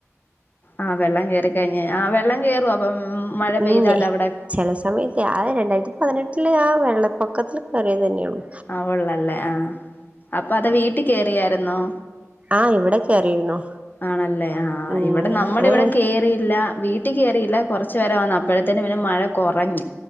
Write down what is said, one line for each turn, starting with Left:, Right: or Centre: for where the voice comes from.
Left: ആഹ വെള്ളം കേയറിക്കഴിഞ്ഞാ ആഹ വെള്ളം കേറോ അപ്പം. മഴ
Right: <unintelligible>
Left: പെയ്താലോ അവിടെ
Right: ചെല സമയത്തെ ആഹ് രണ്ടായിരത്തി പതിനെട്ടിലെ ആഹ് വെള്ളപ്പൊക്കത്തില് കേറിയത് തന്നേ ഒള്ളു
Left: അഹ് ഒള്ളല്ലേ ആഹ് അപ്പൊ അത് വീട്ടി കേറിയാരുന്നോ
Right: ആഹ് ഇവിടെ കേറിയിരുന്നു
Left: ആണല്ലേ ആഹ് ആഹ്
Right: ഉം
Left: ഇവിടെ നമ്മുടെ
Right: ഏ
Left: ഇവിടെ കേ റില്ല വീട്ടി കേറില്ല കുറച്ച് വരെ വന്ന് അപ്പഴത്തേന് പിന്നെ മഴ കുറഞ്ഞ്